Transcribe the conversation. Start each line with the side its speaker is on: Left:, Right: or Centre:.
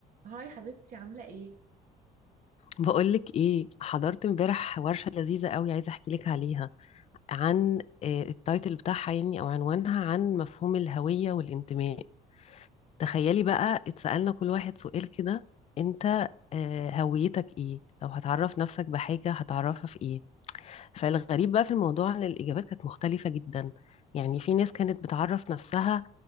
Right: هاي حبيبتي عاملة ايه؟
Left: بقولك ايه حضرت امبارح ورشة لذيذة قوي عايزة احكي لك عليها عن آه، التايتل بتاعها يعني او عنوانها عن مفهوم الهوية والانتماء تخيلي بقى اتسألنا كل واحد سؤال كده انت آه، هويتك ايه لو هتعرف نفسك بحاجة هتعرفها في ايه فالغريب بقى في الموضوع ان الاجابات كانت مختلفة جدا يعني في ناس كانت بتعرف نفسها